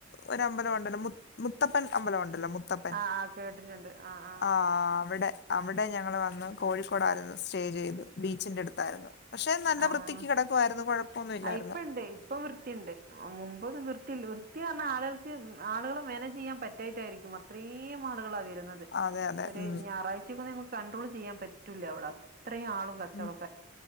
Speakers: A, on the left; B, on the right.
A: ഒരമ്പലം ഉണ്ടല്ലോ മുത്തപ്പൻ അമ്പലം ഉണ്ടല്ലോ മുത് മുത്തപ്പൻ
B: ആഹ് ആഹ് കേട്ടിട്ടുണ്ട് ആഹ്
A: ആഹ് അവിടെ അവിടെ ഞങ്ങൾ വന്ന് കോഴിക്കോടായിരുന്നു സ്റ്റേ ചെയ്ത് ബീച്ചിന്റെ അടുത്തായിരുന്നു പക്ഷെ നല്ല
B: ആഹ്
A: വൃത്തിക്ക് കിടക്കായിരുന്നു കുഴപ്പമൊന്നുമല്ലായിരുന്നു
B: ആഹ് ഇപ്പണ്ട് ഇപ്പം വൃത്തി ഉണ്ട് മുമ്പ് വൃത്തില്ല വൃത്തി പറഞ്ഞാൽ ആളുകൾക്ക് ആളുകൾ മനേജ് ചെയ്യാൻ പറ്റായിട്ടായിരിക്കും അത്രയും ആളുകളാ വരുന്നത്
A: അതെ അതെ
B: ഒരു
A: ഉം
B: ഞായറാഴ്ചക്ക നമുക്ക് കണ്ടട്രോൾ ചെയ്യാൻ പറ്റില്ല അവടെ അത്രയും ആളും കച്ചറും
A: ഉം